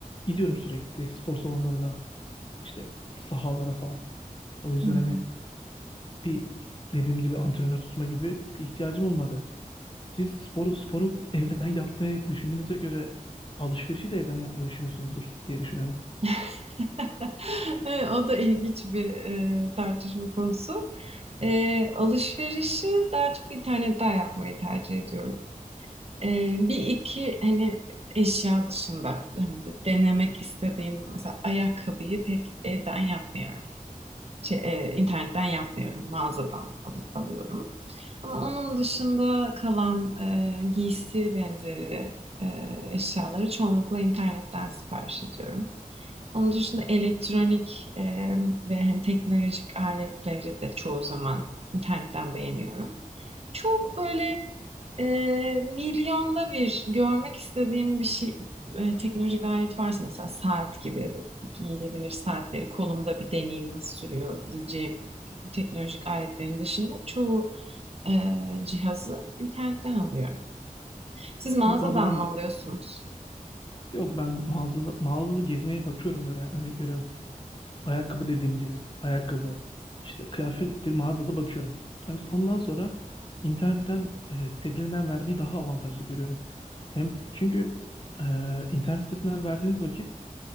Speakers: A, on the left (about 35°); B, on the right (about 45°).
A: gidiyorum sürekli spor salonlarına, işte sahalara falan. O yüzden
B: Hmm.
A: hani bir dediğim gibi antrenör tutma gibi bir ihtiyacım olmadı. Siz sporu, sporu evden yapmayı düşündüğünüze göre alışverişi de evden yapmayı düşünüyorsunuzdur diye düşünüyorum.
B: <laughs> Evet, O da ilginç bir e, tartışma konusu. E, alışverişi daha çok internetten yapmayı tercih ediyorum. Ee, bir iki hani eşya dışında hani denemek istediğim mesela ayakkabıyı pek evden yapmıyorum. Şey, e, internetten yapmıyorum, mağazadan al- alıyorum. Ama onun dışında kalan e, giysi benzeri e, eşyaları çoğunlukla internetten sipariş ediyorum. Onun dışında elektronik e, ve hani teknolojik aletleri de çoğu zaman internetten beğeniyorum. Çok böyle e, milyonda bir görmek istediğim bir şey e, teknolojik alet varsa mesela saat gibi bu giyilebilir saatleri kolumda bir deneyim nasıl sürüyor diyeceğim teknolojik aletlerin dışında çoğu e, cihazı internetten alıyorum. Siz mağazadan
A: Bu konuda ben
B: mı
A: de
B: alıyorsunuz?
A: Yok ben mağazada, mağazada gezmeye bakıyorum böyle Yani örnek veriyorum. Ayakkabı dediğim gibi ayakkabı işte kıyafettir mağazada bakıyorum. Ancak ondan sonra internetten e, sitelerinden vermeyi daha avantajlı görüyorum. Hem çünkü e, internet sitesinden verdiğiniz vakit